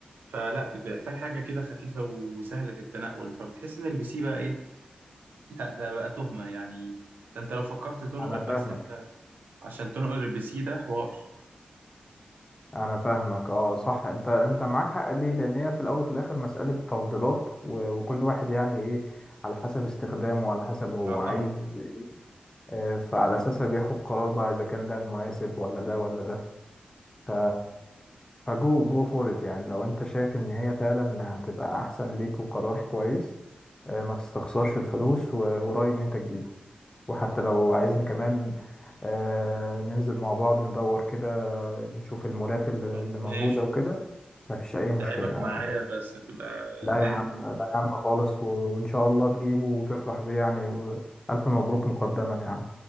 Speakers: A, on the right; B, on the left.
A: فلا بيحتاج حاجه كده خفيفه وسهله التنقل فبتحس ان البي سي بقى ايه لا ده بقى تهمه يعني ده انت لو فكرت تنقل
B: انا فاهمك
A: بس انت عشان تنقل البي سي ده حوار
B: انا فاهمك اه صح انت انت معاك حق ليه لان هي في الاول وفي الاخر مسألة تفضيلات و- وكل واحد يعني ايه على حسب استخدامه وعلى حسب هو
A: لا طبعا
B: عايز ايه آه، فعلى اساسها بياخد قرار بقى اذا كان ده المناسب ولا ده ولا ده ف فجو جو فور ات يعني لو انت شايف ان هي فعلا هتبقى احسن ليك وقرار كويس آه، ما تستخسرش الفلوس و- ورأيي ان انت تجيبه وحتى لو عايزني كمان آه، ننزل مع بعض ندور كده نشوف المولات اللي
A: يلا،
B: اللي
A: ماشي
B: موجودة وكده ما فيش اي
A: اتعبك
B: مشكله أنا...
A: معايا بس تبقى
B: لا
A: ماشي.
B: يا عم لا يا عم خالص و... وان شاء الله تجيبه وتفرح بيه يعني والف مبروك مقدما يا عم